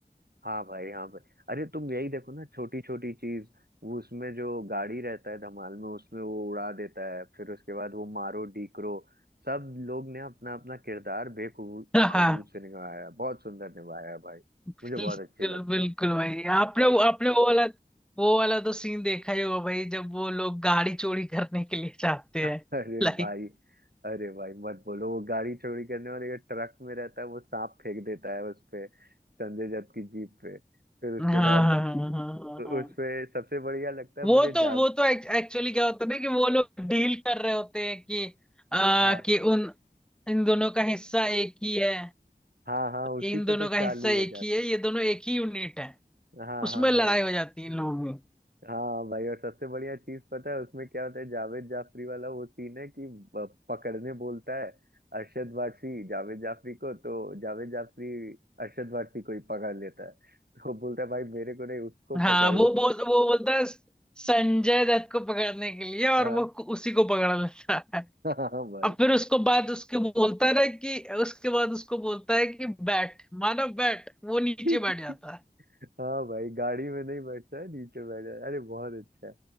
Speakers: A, on the right; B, in the centre.
A: हाँ भाई हाँ भाई अरे तुम यही देखो ना छोटी छोटी चीज वो उसमें जो गाड़ी रहता है धमाल में उसमें वो उड़ा देता है फिर उसके बाद वो मारो डीकरो सब लोग ने अपना अपना किरदार बेखबूत
B: हाँ
A: से निभाया है। बहुत सुंदर निभाया है भाई
B: बिल्कुल
A: मुझे बहुत अच्छी लगती
B: बिल्कुल
A: है
B: भाई आपने वो आपने वो वाला वो वाला तो सीन देखा ही होगा भाई जब वो लोग गाड़ी चोरी करने के लिए जाते
A: <laughs>
B: हैं
A: अरे
B: लाइक
A: भाई अरे भाई मत बोलो वो गाड़ी चोरी करने वाले का ट्रक में रहता है वो सांप फेंक देता है उस पे संजय दत्त की जीप पे फिर उसके
B: हाँ
A: बाद
B: हाँ हाँ हाँ हाँ हाँ
A: उस पे सबसे बढ़िया लगता है
B: वो
A: मुझे
B: तो
A: जा
B: वो तो एक्चुअली क्या होता है ना कि वो लोग डील कर रहे होते हैं कि आ,
A: हाँ
B: कि उन इन दोनों का हिस्सा एक ही है
A: हाँ हाँ उसी
B: इन दोनों
A: पे तो
B: का
A: चालू
B: हिस्सा एक
A: हो जाते
B: ही है ये दोनों एक ही यूनिट है
A: हैं हाँ
B: उसमें
A: हाँ हाँ
B: लड़ाई हो जाती है इन लोगों में
A: हाँ भाई और सबसे बढ़िया चीज पता है उसमें क्या होता है जावेद जाफरी वाला वो सीन है कि ब- पकड़ने बोलता है अरशद वारसी जावेद जाफरी को तो जावेद जाफरी अरशद वारसी को ही पकड़ लेता है तो बोलता है भाई मेरे को नहीं उसको
B: हाँ
A: पकड़ उसको
B: वो बोल वो बोलता है संजय दत्त को पकड़ने के लिए और
A: हाँ
B: वो उसी को पकड़ लेता है
A: <laughs> हाँ भाई
B: और फिर उसको बाद उसके बोलता है ना कि उसके बाद उसको बोलता है कि बैठ मानो बैठ वो नीचे
A: <laughs>
B: बैठ जाता है
A: हाँ भाई गाड़ी में नहीं बैठता है नीचे बैठ जाता है अरे बहुत अच्छा है